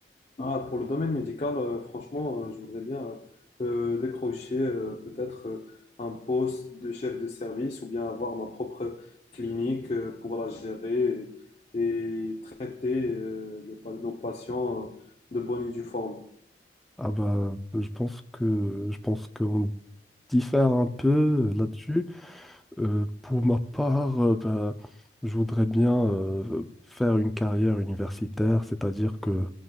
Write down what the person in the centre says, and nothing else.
Ah bah, je pense que, je pense qu'on diffère un peu euh, là-dessus. Euh, pour ma part, euh, ben, je voudrais bien euh, faire une carrière universitaire, c'est-à-dire que